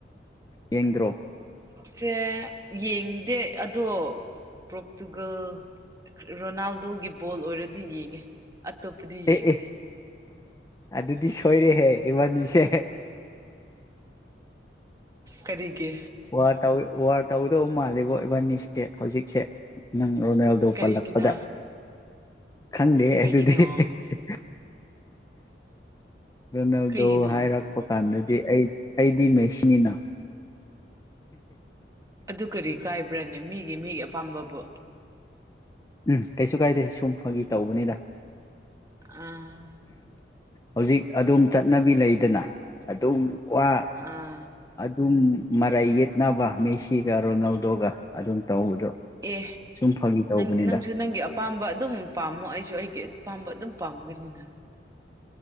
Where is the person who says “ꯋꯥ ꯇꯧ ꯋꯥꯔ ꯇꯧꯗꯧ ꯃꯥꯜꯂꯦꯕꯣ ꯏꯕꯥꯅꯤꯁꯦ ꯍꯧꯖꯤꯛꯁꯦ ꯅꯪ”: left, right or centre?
Left